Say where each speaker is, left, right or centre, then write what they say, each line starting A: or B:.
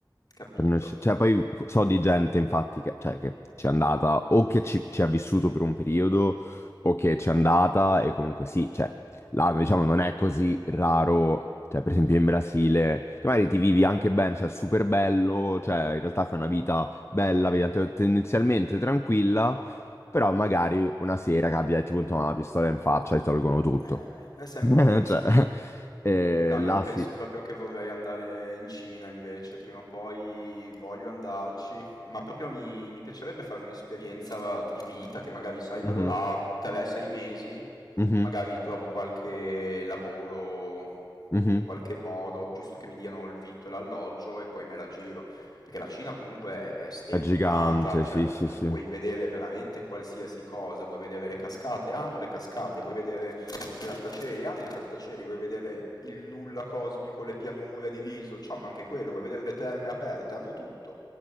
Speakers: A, on the left; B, on the left.
A: capito?
B: Per noi sce- Cioè, poi so di gente, infatti, che, cioè, che ci è andata o che ci, ci ha vissuto per un periodo o che ci è andata e comunque sì, cioè, là, diciamo, non è così raro, cioè, per esempio in Brasile, che magari ti vivi anche bene, cioè, super bello, cioè, in realtà fai una vita bella, vita te- tendenzialmente tranquilla, però magari una sera capita e ti puntano una pistola in faccia e ti tolgono tutto.
A: Eh, è sempre
B: <laughs>
A: un rischio.
B: Cioè, eh,
A: No,
B: là
A: io penso
B: sì.
A: proprio che vorrei andare in Cina invece, prima o poi voglio andarci, ma proprio mi, mi piacerebbe fare un'esperienza di vita che magari, sai,
B: Mhm,
A: vado là 3-6 mesi,
B: mhm,
A: magari trovo qualche lavoro
B: mhm.
A: in qualche modo, giusto che mi diano il vitto e l'alloggio e poi me la giro. Perché la Cina comunque è, è sterminata,
B: È gigante,
A: cioè
B: sì, sì,
A: tu
B: sì.
A: puoi vedere veramente qualsiasi cosa, vuoi vedere le cascate, hanno le cascate, vuoi vedere i grattacieli, hanno i grattacieli, vuoi vedere il nulla cosmico, le pianure diviso, hanno anche quello, vuoi vedere le terme aperte, hanno tutto,